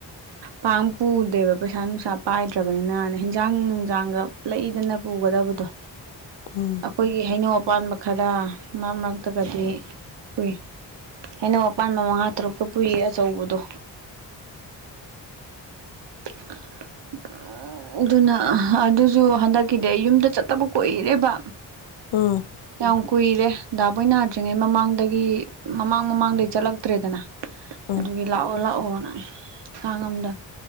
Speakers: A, on the right; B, on the left.
A: ꯄꯥꯛ ꯄꯨꯗꯦꯕ ꯄꯩꯁꯥ ꯅꯨꯡꯁꯥ ꯄꯥꯏꯗ꯭ꯔꯕꯅꯤꯅꯥꯅ ꯍꯦꯟꯖꯥꯡ ꯅꯨꯡꯖꯥꯡꯒ ꯂꯩꯗꯅ ꯄꯨꯒꯗꯕꯗꯣ <inaudible>
B: ꯎꯝ
A: ꯑꯩꯈꯣꯏꯒꯤ ꯍꯩꯅꯧ ꯑꯄꯥꯟꯕ ꯈꯔ ꯃꯔꯛ ꯃꯔꯛꯇꯒꯗꯤ ꯄꯨꯏ ꯍꯩꯅꯧ ꯑꯄꯥꯟꯕ ꯃꯉꯥ ꯇꯔꯨꯛꯇꯣ ꯄꯨꯨꯏꯌꯦ ꯑꯆꯧꯕꯗꯣ <unintelligible> ꯑꯥ ꯑꯗꯨꯅ ꯑꯗꯨꯁꯨ ꯍꯟꯗꯛꯀꯤꯗꯤ ꯌꯨꯝꯗ ꯆꯠꯇꯕ ꯀꯨꯏꯔꯦꯕ
B: ꯎꯝ
A: ꯌꯥꯝ ꯀꯨꯏꯔꯦ ꯗꯥꯕꯣꯢ ꯅꯥꯗ꯭ꯔꯤꯉꯩ ꯃꯃꯥꯡꯗꯒꯤ ꯃꯃꯥꯡ ꯃꯃꯥꯡꯗꯒꯤ ꯆꯠꯂꯛ ꯇ꯭ꯔꯦꯗꯅ
B: ꯎꯝ
A: ꯑꯗꯨꯒꯤ ꯂꯥꯛꯑꯣ ꯂꯥꯛꯑꯣꯅ ꯈꯥꯡꯉꯝꯗꯃꯦ